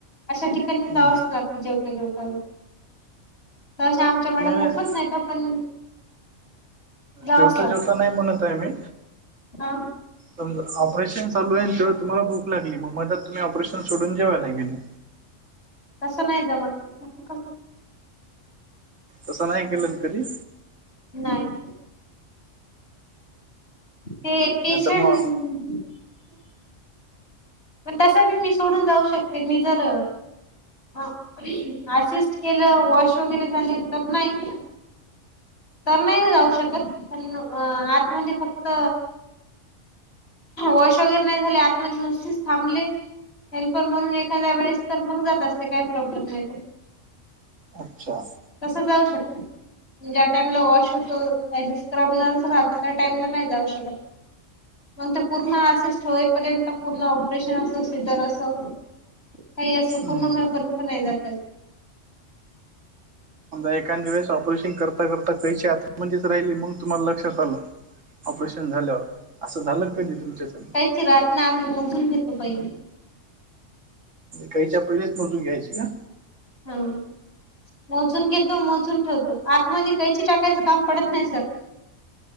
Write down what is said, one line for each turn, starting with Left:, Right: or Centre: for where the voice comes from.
Left: अशा ठिकाणी
Right: हम्म.
Left: जावाच लागत जेवता, जेवता बी. च्या मॅडम
Right: नाही नाही
Left: ऊठत नाहीत पण जावंच
Right: जेवता,
Left: लागत
Right: जेवता, नाही म्हणत आहे मी.
Left: हा!
Right: समजा ऑपरेशन चालू आहे, न तेव्हा तुम्हाला भूक लागली मग मध्यात तुम्ही ऑपरेशन सोडून जेवयला गेले.
Left: तसं नाही जमत. कस
Right: तसं नाही केलं न कधी.
Left: नाही. ते पेशंट
Right: नाहीतर मग
Left: पण तसा बी मी सोडून जाऊ शकते मी जर हा असिस्ट केलं, वॉश वगैरे झाले, तर नाही. तर नही ना जाऊ शकत, पण आतमध्ये फक्त वॉश वगैरे नही झाले, आतमध्ये नुसतीच थांबली हेल्पर म्हणून एखाद्या वेळेस तर मग जात असते काही प्रॉब्लेम नाही.
Right: अच्छा
Left: तस जाऊ शकते म्हणजे टाइमला वॉश होत काही स्क्रबलाच राहत त्या टाईमला नाही जाऊ शकत. मग ते पूर्ण असिस्ट होईपर्यंत पूर्ण ऑपरेशन असो सिजर असो काही असो
Right: हम्म
Left: पूर्ण होईपर्यंत पण नाही जाता येत.
Right: एखांद्या वेळेस ऑपोरेशन करता करता कैची आतमध्येच राहिली मग तुम्हाला लक्षात आलं. ऑपरेशन झालंव असं झालं कधी तुमच्या स
Left: चीरातन आम्ही मोजून घेतो पहिली.
Right: कैची आपलेच मोजून घ्यायची का?
Left: हम्म मोजून घेतो मोजून ठेवतो, आतमध्ये कैची टाकायचं काम पडत नाही सर.